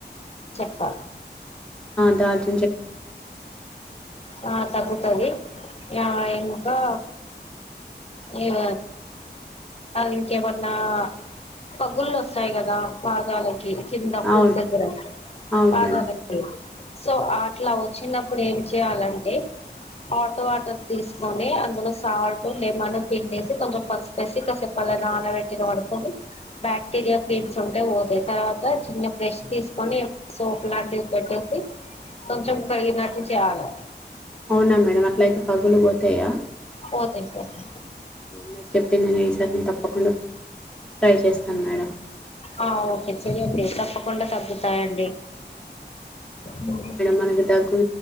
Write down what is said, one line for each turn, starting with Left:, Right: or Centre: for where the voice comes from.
Left: హా
Centre: దచే
Left: ఆ తగుతది యా ఇంకా ఇగ ఇంకెమైనా పగుళ్లు వస్తాయి కదా పాదాలకి కింద ఫుట్
Centre: అవును
Left: దగ్గర
Centre: అవును
Left: పాదాలకి
Centre: మేడం
Left: సో ఆ అట్లా వచ్చినప్పుడు ఏం చేయాలంటే హాట్ వాటర్ తీసుకొని, అందులో సాల్ట్ లెమన్ పిండేసి, కొంచెం పసుపేసి కసేపలా నానబెట్టిన, మానుకోండి బ్యాక్టీరియా క్లీమ్స్ ఉంటే పోతాయి, తర్వాత చిన్న ఫ్రెష్ తీసుకొని సోప్ లాంటివి పెట్టేసి, కొంచెం కడిగినట్ చేయాలి
Centre: అవునా మేడం అట్లయితే పగులు పోతాయా
Left: పోతాయి పోతాయి.
Centre: మీరు చెప్పింది నేను ఈసారి తప్పకుండా ట్రై చేస్తాను మేడం
Left: ఆ ఓకే చెయ్యండి తప్పకుండా తగ్గుతాయండి హ్మ్మ్
Centre: మనకు దగ్గు